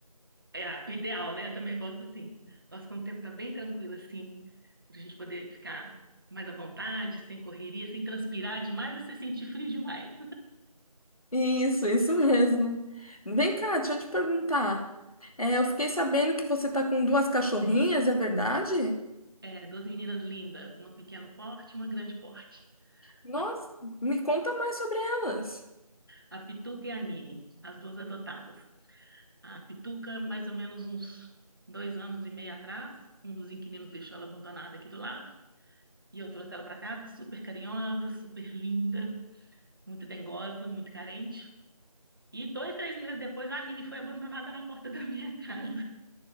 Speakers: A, on the right; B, on the left.
A: É ah, o ideal, né? Eu também gosto assim. Gosto quando o tempo tá bem tranquilo assim, pra gente poder ficar mais à vontade, sem correria, sem transpirar demais e sem sentir frio demais.
B: Isso, <laughs> isso mesmo. Vem cá, deixa eu te perguntar. É, eu fiquei sabendo que você tá com duas cachorrinhas, é verdade?
A: É, duas meninas lindas, uma pequeno porte e uma grande porte.
B: Nossa,
A: A,
B: me conta mais sobre elas.
A: a Pituca e a Mini, as duas adotadas. A Pituca, mais ou menos uns dois anos e meio atrás, um dos inquilinos deixou ela abandonada aqui do lado. E eu trouxe ela para casa, super carinhosa, super linda, muito dengosa, muito carente. E dois, três meses depois, a Mini foi abandonada na porta da minha casa.